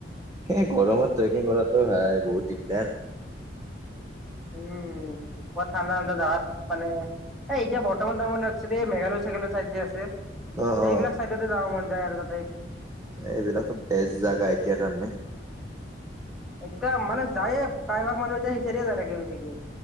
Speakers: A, on the right (about 15°); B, in the centre.
A: এ গৰমত ট্ৰেকিং কৰাটো হয় বহুত দিগদাৰ
B: উম ঠাণ্ডা ঠাণ্ডা জাগাত মানে এ এতিয়া বৰ্তমান তাৰ মানে মেঘালয় চেঘালয় চাইদ যে আছে
A: অ',
B: সেইবিলাক
A: অ',
B: চাইডতে যাব মন যায় আৰু ত
A: এইবিলাকতো বেষ্ট জেগা এতিয়া কাৰণে
B: এতিয়া মানে যায়ে প্ৰায়ভাগ মানুহ এতিয়া সেইচাইদে যায় থাকে বেচিকে